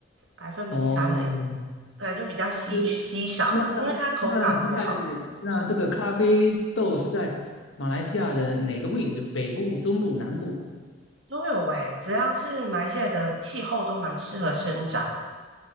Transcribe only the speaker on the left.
哦，
是那那那是在那这个咖啡豆是在马来西亚的哪个位置？
北部、中部、南部？